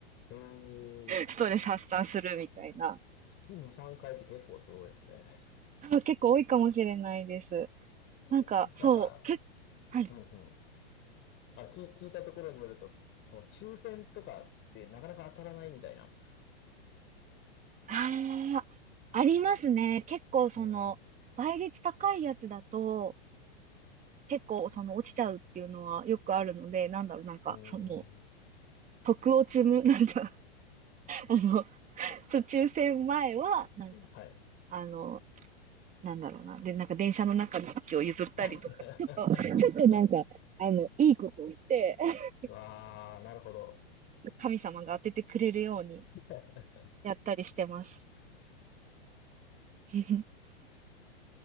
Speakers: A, on the left; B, on the right.
A: えー、
B: ストレス発散するみたいな、
A: 月2、3回って結構すごいですね。
B: あ結構多いかもしれないです。なんか、
A: <laughs> なんか、
B: そう、結はい。
A: うんうん。あ、聞、聞いたところによると、その抽選とかでなかなか当たらないみたいな。
B: ああ、ありますね。結構その、
A: うーん、うん、
B: 倍率高いやつだと、結構その落ちちゃうっていうのはよくあるので、なんだろう、なんかその、
A: うん、うーん。
B: 徳を積む、なんか、あの、<laughs>
A: あ、
B: 抽選前は、なんか
A: はい。
B: あの、なんだろうな。で、なんか電車の中の席を譲ったりとか、
A: <laughs>
B: ちょっと、ちょっとなんか、あの、いいことをして、<laughs>
A: わあ、なるほど。
B: 神様が当ててくれるように
A: <laughs>
B: やったりしてます。<laughs>